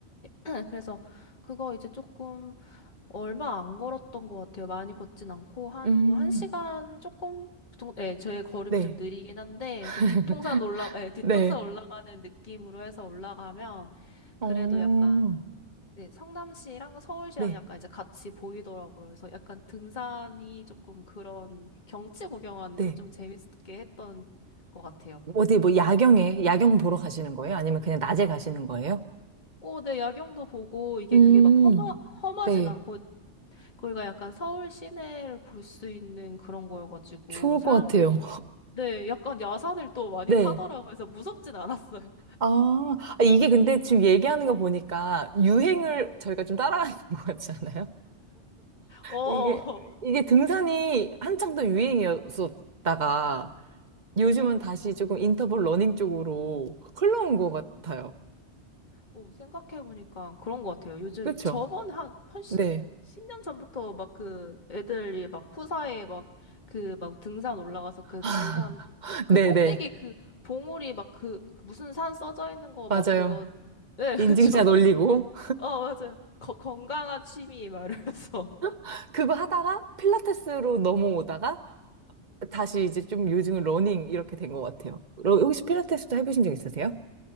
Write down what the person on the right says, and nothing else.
음,
네.
<laughs>
네.
어,
네.
네.
어디 뭐 야경에, 야경 보러 가시는 거예요? 아니면 그냥 낮에 가시는 거예요?
음,
네.
좋을
것 같아요.
네.
아, 아, 이게 근데 지금 얘기하는 거 보니까 유행을 저희가 좀 따라하는 <laughs> 것 같지 않아요?
이게, 이게 등산이 한창 더 유행이었었다가
요즘은 다시 조금 인터벌 러닝 쪽으로 흘러온 것 같아요.
그렇죠?
네.
<laughs>
네네.
맞아요.
인증샷
올리고,
<laughs> 그거 하다가 필라테스로 넘어오다가 다시 이제 좀 요즘은 러닝 이렇게 된 것 같아요. 러- 혹시 필라테스도 해보신 적 있으세요?